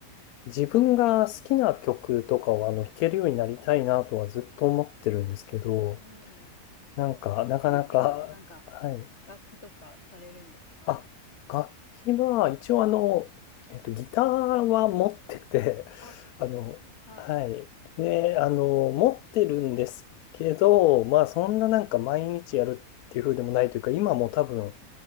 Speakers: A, on the left; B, on the left.
A: 自分が好きな曲とかをあの弾けるようになりたいなとはずっと思ってるんですけど、
B: うん、
A: なんか、
B: そうですよね。
A: なかなか、
B: 康介さんはなんか
A: はい。
B: 楽器とかされるんですか
A: あ、楽器は一応あの、えっと、ギターは持ってて、
B: あ、
A: <laughs> あの、
B: はい。
A: はい。ね、あの、
B: 持ってるけど
A: 持ってるんですけど、まあそんななんか毎日やるっていう風でもないというか、今も多分、